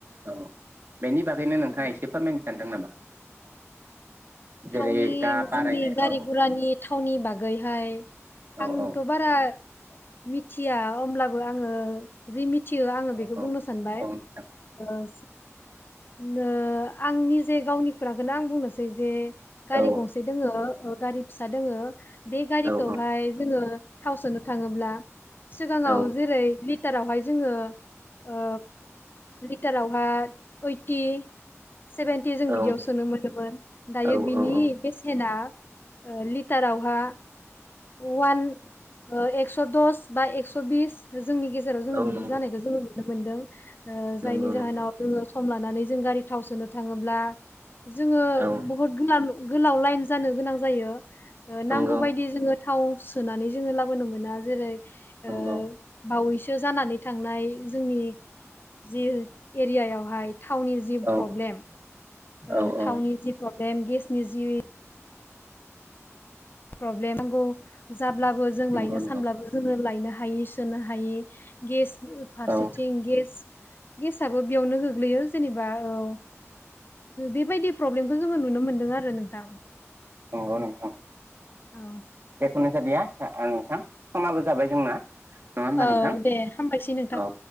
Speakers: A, on the right; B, on the left.
A: औ बेनि बागैनो नोंथाङा
B: औ
A: एसे फोरमायनो सानदों नामा? जेरै
B: थावनि
A: दा बारायनाय
B: जोंनि गारि
A: औ
B: गुरानि थावनि बागैहाय
A: औ
B: आंथ'
A: औ
B: बारा मिथिया अमब्लाबो आङो जि मि थियो आङो
A: औ
B: बेखौ
A: औ
B: बुंनो सानबाय
A: औ नोंथां
B: ओ नो आंनि जे गावनि खोरांखौनो आं बुंनोसै जे गारि
A: औ
B: गंसे दोङो ओ गारि फिसा दोङो बे गारिखौहाय
A: औ
B: जोङो थाव सोनो थाङोब्ला सिगाङाव
A: औ
B: जेरै लिटारावहाय जोङो ओ लिटारावहा ओइटि सेभेनटि जों
A: नंगौ औ
B: बिदियाव सोनो मोनोमोन दायो
A: औ
B: बिनि
A: औ औ
B: बेसेना ओ लिटारावहा अवान ओ एकस' दस बा एकस' बिस जोंनि गेजेराव जोङो
A: नंगौ
B: बिदि जानायखौ जोङो नुनो मोनदों ओ
A: नंगौ
B: जायनि जाहोनाव
A: नंगौ
B: जोङो सम लानानै जों गारि थाव सोनो थाङोब्ला जोङो
A: औ
B: बुहुत <unintelligible> गोलाव लाइन जानो गोनां जायो ओ
A: नंगौ
B: नांगौ बायदि जोङो थाव सोनानै जोङो लाबोनो मोना जेरै
A: नंगौ
B: ओ बावै सो जानानै थांनाय जोंनि जि एरियायावहाय थावनि जि
A: औ
B: प्रब्लेम ओ
A: औ
B: थावनि
A: औ
B: जि प्रब्लेम गेसनि जि प्रब्लेम नांगौ जाब्लाबो जों
A: नंगौ
B: लायनो
A: नंगौ
B: सानब्लाबो जोंङो लायनो हायि सोनो हायि गेस ओ फारसेथिं
A: औ
B: गेस गेसआबो बेयावनो गोग्लैयो जेनेबा औ बेबायदि प्रब्लेमखौ जोङो नुनो मोनदों आरो नोंथां
A: नंगौ नोंथा
B: औ
A: जेखुनु जादिया ओ नोंथां समाबो जाबाय जोंना नङा होमबा
B: औ
A: नोंथां
B: दे हामबायसै नोंथां
A: औ